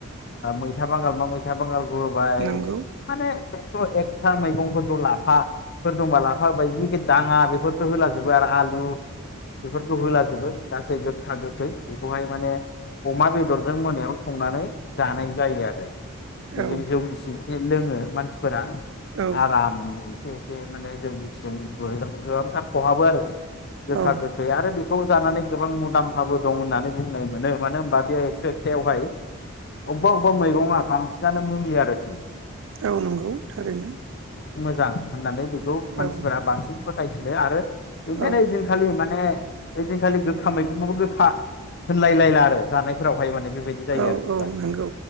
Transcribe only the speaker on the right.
नंगौ
औ
औ
औ
औ नंगौ थारैनो।
औ
औ
औ
औ नंगौ